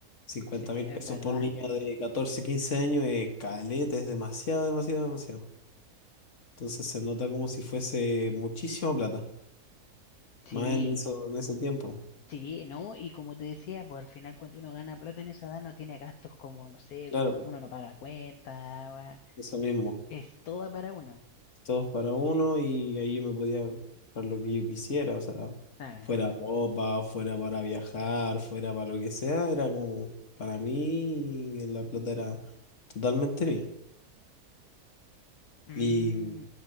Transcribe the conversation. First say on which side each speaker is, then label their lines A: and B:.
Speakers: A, on the left (about 55°); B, on the left (about 70°).
A: cincuenta
B: Sí,
A: mil
B: es
A: pesos
B: verdad.
A: por niño de 14 15 años es caleta, es demasiado, demasiado, demasiado. Entonces se nota como si fuese muchísima plata,
B: Sí.
A: más en eso, en ese tiempo.
B: Sí, ¿no? Y como te decía, pues al final cuando uno gana plata en esa edad no tiene gastos como, no sé,
A: Claro,
B: no- uno
A: po,
B: no paga cuenta, gua-
A: eso mismo.
B: es toda para uno.
A: todos para uno y ahí yo me podía comprar lo que yo quisiera, o sea,
B: Claro.
A: fuera ropa, fuera para viajar, fuera para lo que sea, era como para mí la plata era totalmente mía.
B: Mm.
A: Y